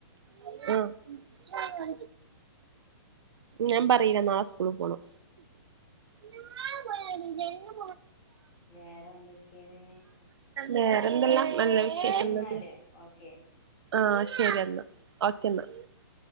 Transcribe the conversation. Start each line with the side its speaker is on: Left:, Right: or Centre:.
Right: <unintelligible> ആ ഞാൻ പറയില്ല സ്കൂളിൽ പോണം <unintelligible>
Left: വേറെന്തൊക്കെയാണ്
Right: വേറെന്തെല്ലാം നല്ല വിശേഷം
Left: ശരി എന്നാലേ
Right: തന്നെ
Left: ഓക്കേ
Right: ആഹ് ശരിയെന്നാ ഓക്കെ എന്നാ